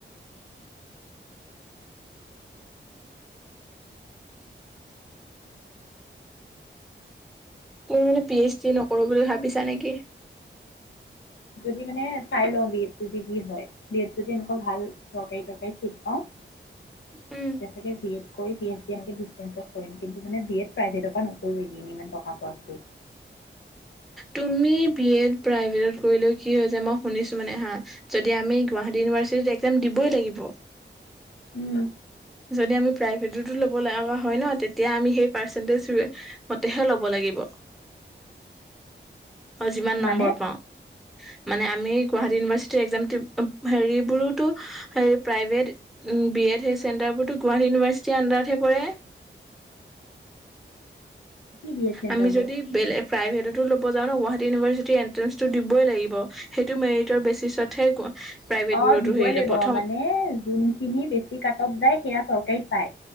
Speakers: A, in the centre; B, on the left.
A: তেওঁ মানে পি এইচ ডি নকৰো বুলি ভাবিছা নেকি?
B: যদি মানে চাই লওঁ বি এডটো ডিগ্ৰী হয় বি এড যদি এনেকুৱা ভাল চৰকাৰী দৰকাৰীত ছিট পাওঁ তেতিয়া
A: উম,
B: চাগে বি এড কৰি পি এইচ ডি এনেকে ডিচষ্টেঞ্চত কৰিম কিন্তু মানে বি এড প্ৰাইভেটৰ পৰা নকৰোঁ এদিন ইমান টকা খৰচ কৰি।
A: তুমি বিএড প্ৰইভিটত কি মই শুনিছো মানে হা যদি আমি গগুৱাহাটী ইউনিভাৰ্চিটি দিবই লাগিব?
B: উম
A: যদি আমি প্ৰায সেইটো ল'ব আমাৰ হয় ন তেতিয়া আমি সেই পাৰন্টেট ৰমতে লব লাগিব অ যিমান নম্বৰ
B: মানে
A: পাওঁ। মানে আমি গুৱাহাটী ইউনিভাৰ্চিটিৰ একয়াম হেৰিবোৰোতো প্ৰাইভেট বিএড সই চেণ্টাৰবোৰো গুৱাহাটী ইউনিভাৰ্চিটিৰ আডাৰতহে পৰে!
B: কি দিয়ে চেণ্টাৰবোৰ
A: আমি যদি বেলেগ প্ৰাইভেটতো ল'ব যাওঁ ন গুৱাহাটী ইউনিভাৰ্চিটিৰ এণ্ট্ৰেঞ্চটো দিবই লাগিব সেইটো মেৰিটৰ বেচিছতহে প্ৰাইভেটবোৰতো
B: অ দিবই
A: হেৰিলে
B: লাগিব
A: প্ৰথম
B: মানে যোনখিনি বেছি কাট অফ যায় সেয়া চৰকাৰীত পাই।